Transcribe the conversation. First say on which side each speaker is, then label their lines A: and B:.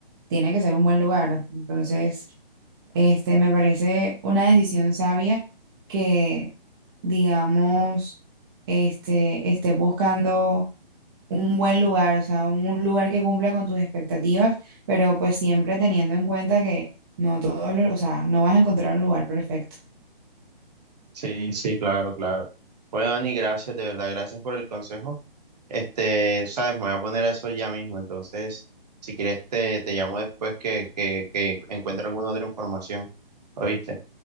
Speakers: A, on the right (about 25°); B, on the right (about 45°).
A: tiene que ser un buen lugar. Entonces... Este, me parece una decisión sabia que, digamos, este, esté buscando un buen lugar, o sea, un un lugar que cumpla con tus expectativas, pero pues siempre teniendo en cuenta que no todo, o sea, no vas a encontrar un lugar perfecto.
B: Sí, sí, claro, claro. Bueno, Dani, gracias, de verdad, gracias por el consejo. Este, sabes, me voy a poner a eso ya mismo. Entonces, si quieres, te, te llamo después que, que, que encuentre alguna otra información. ¿Oíste?